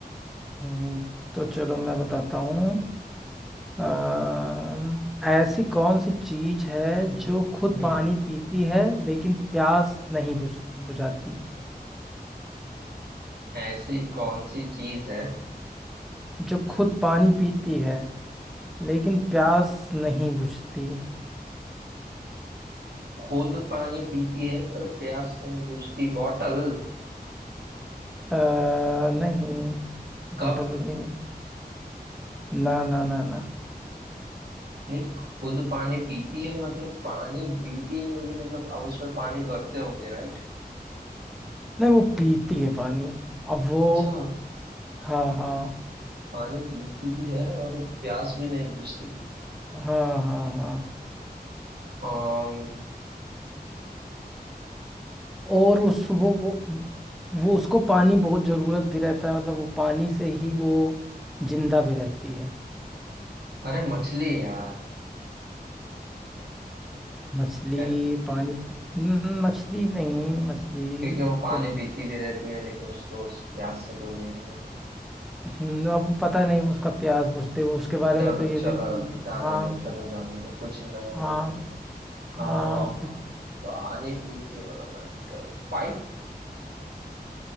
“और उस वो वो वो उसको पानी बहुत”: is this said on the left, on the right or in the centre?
Centre